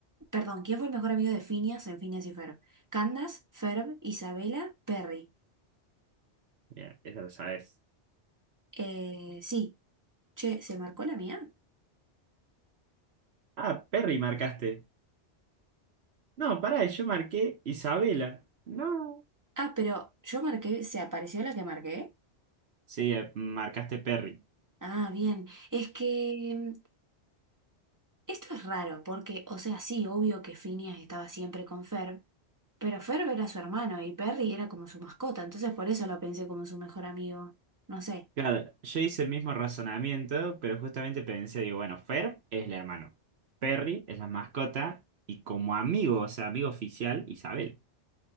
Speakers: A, on the right; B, on the right.
A: Perdón, ¿quién fue el mejor amigo de Phineas en Phineas y Ferb? Candace, Ferb, Isabela, Perry.
B: Bien, eso lo sabes.
A: Eh, sí. Che, ¿se marcó la mía?
B: Ah, Perry marcaste. No, pará, yo marqué Isabela. No.
A: Ah, pero yo marqué, ¿se apareció la que marqué?
B: Sí, eh, marcaste Perry.
A: Ah, bien. Es que mm, esto es raro, porque, o sea, sí, obvio que Phineas estaba siempre con Ferb, pero Ferb era su hermano y Perry era como su mascota, entonces por eso lo pensé como su mejor amigo. No sé.
B: Claro, yo hice el mismo razonamiento, pero justamente pensé, digo, bueno, Fer es el hermano. Perry es la mascota y como amigo, o sea, amigo oficial, Isabel.